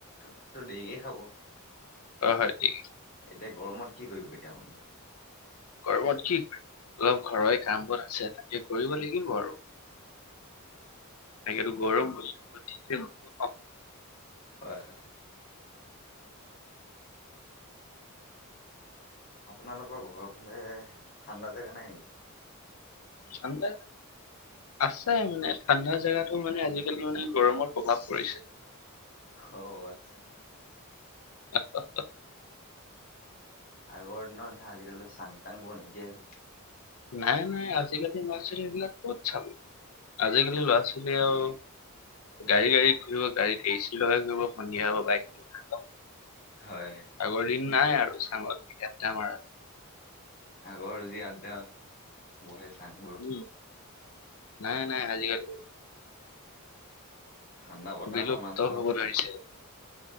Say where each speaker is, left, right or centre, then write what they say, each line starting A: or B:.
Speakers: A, on the left; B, on the left.
A: ভাততো দেৰিকে খাব।
B: অ হয় ঠিকে।
A: এতিয়া গৰমত কি কৰিব এতিয়া আপুনি?
B: গৰমত কি কৰিম অলপ ঘৰৰে কাম বোৰ আছে তাকে কৰিব লাগিব আৰু। এনেকেতো গৰম বুলি বহি থাকিলে নহব ন
A: হয় হয়। আপোনালোকৰ ঘৰৰ ফালে ঠাণ্ডা জেগা নাই নেকি?
B: ঠাণ্ডা আছে মানে, ঠাণ্ডা জেগাতো মানে আজিকালি মানে গৰমৰ প্ৰভাৱ পৰিছে।
A: অও আচ্ছা।
B: <unintelligible>
A: আগৰ দিনৰ নিচিনা আজিকালিতো চাং-তাংবোৰ নাইকিয়াই হ'ল।
B: নাই নাই। আজিকালি ল'ৰা-ছোৱালীবিলাক ক'ত চাব! আজিকালি ল'ৰা -ছোৱালী আৰু গাড়ী-গাড়ীত ঘূৰিব। গাড়ীত এচি লগাই ঘূৰিব, সন্ধিয়া হ'ব বাইক লৈ
A: হয়
B: আগৰ দিন নাই আৰু! চাঙত উঠি আদ্দা মাৰা
A: আগৰ যি আড্ডা, বহে চাংবোৰত
B: উম নাই নাই আজিকালি।
A: ঠাণ্ডা বতাহৰ
B: বিলুপ্ত
A: মাজত
B: হ'ব ধৰিছে